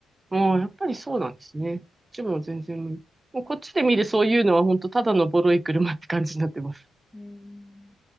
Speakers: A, on the right; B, in the centre.
A: ああ、やっぱりそうなんですね。こっちも全然見、
B: うん。
A: もうこっちで見るそういうのは本当ただのボロい車って感じになってます。
B: うん